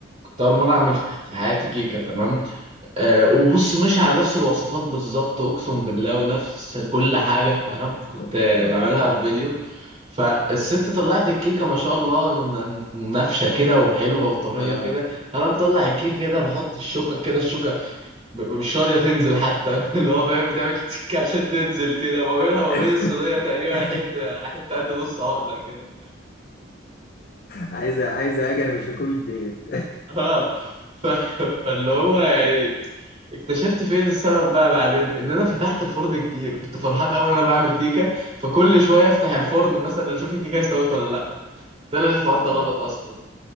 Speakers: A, on the right (about 35°); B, on the left (about 55°).
A: طار مرة عم- مش في حياتي كيكة تمام آه وبص ماشي على نفس الوصفات بالظبط أقسم بالله ونفس كل حاجة تمام
B: <laughs>
A: كنت آه، بعملها في فيديو فالست طلعت الكيكة ما شاء الله ن- ن- نافشة كده وحلوة وطرية
B: اه
A: كده أنا مطلع الكيكة كده بحط الشوكة كده الشوكة ب- ب- مش راضية تنزل حتى <laughs> اللي هو فاهم بتعمل تك عشان تنزل كده وما بينها وما
B: آه.
A: بين الصينية تقريبا حتة حتة قد نص عقلة كده
B: عايزه عايزه اجي انا مش هكوش ديت
A: اه ف... فاللي هو يعني اكتشفت فين السبب بقى بعدين ان انا فتحت الفرن كتير كنت فرحان اول انا بعمل كيكه فكل شويه افتح الفرن مثلا اشوف الكيكه استوت ولا لا طلع الحوار
B: <laughs>
A: ده غلط اصلا